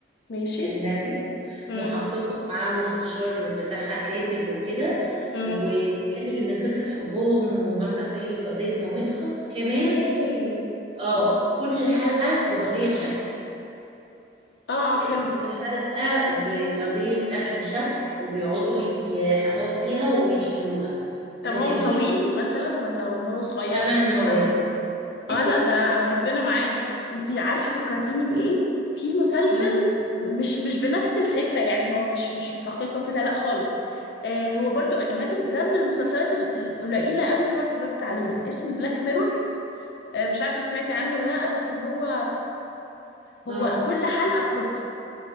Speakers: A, on the left; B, on the right.
A: ماشي
B: أجنبي
A: امم
B: محققة ومعاها مستشار بتاعها كاتب وكده
A: امم
B: وجانب إن قصة حبهم ومثلا تحقيق في قضية مامتها كمان
A: ايه
B: اه كل حلقة بقضية شكل
A: اه
B: يعني
A: آه، فهمت
B: كل حلقة بقضية قتل شكل وبيقعدوا يحققوا فيها ويحلوها
A: طب
B: فجميل
A: هو طويل مثلا ولا ولا هو صغير
B: ثمان
A: 30
B: مواسم <laughs>
A: حلقه اه لا ده ربنا معانا انتي عارفة فكرتيني بإيه في مسلسل
B: اه
A: مش مش بنفس الفكرة يعني هو مش مش محققة وكده لا خالص آه هو برضو أجنبي ده من المسلسلات ال- القليلة قوي اللي أنا اتفرجت عليها اسمه بلاك ميرور آه مش عارفة سمعتي عنه ولا لا بس هو هو
B: اه
A: كل حلقة بقصة